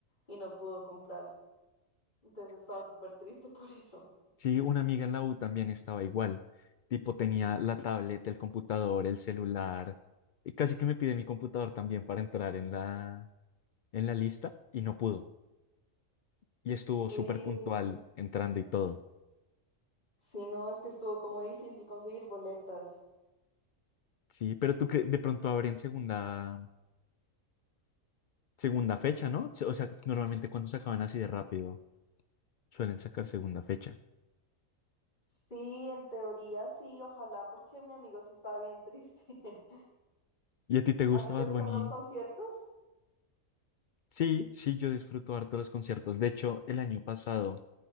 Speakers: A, on the left; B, on the left.
A: y no pudo comprar. Entonces estaba
B: S-
A: súper triste <laughs> por eso.
B: Sí, una amiga en la U también estaba igual. Tipo, tenía la tablet, el computador, el celular. Y casi que me pide mi computador también para entrar en la, en la lista y no pudo. Y estuvo
A: Sí.
B: súper puntual entrando y todo.
A: Sí, no, es que estuvo como difícil conseguir boletas.
B: Sí, pero tú que de pronto abren segunda, segunda fecha, ¿no? O sea, normalmente cuando se acaban así de rápido, suelen sacar segunda fecha.
A: Sí, en teoría sí, ojalá, porque mi amigo sí estaba bien triste. <laughs>
B: ¿Y a ti te gusta
A: ¿A ti
B: Bad
A: te gustan
B: Bunny?
A: los conciertos?
B: Sí, sí, yo disfruto harto los conciertos. De hecho, el año pasado